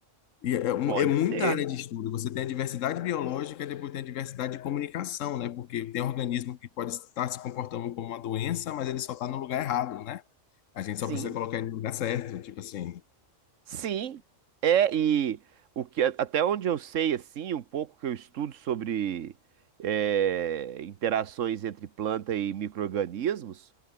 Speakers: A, on the left (about 85°); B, on the right (about 80°).
A: e é, um-
B: Pode
A: é muita
B: ser,
A: área de estudo. Você tem a diversidade biológica e depois tem a diversidade de comunicação, né? Porque tem organismo que pode estar se comportando como uma doença, mas ele só está no lugar errado, né? A gente
B: sim.
A: só precisa colocar ele no lugar certo. Tipo assim,
B: Sim, é, e o que, a- até onde eu sei, assim, um pouco que eu estudo sobre é, interações entre planta e micro-organismos,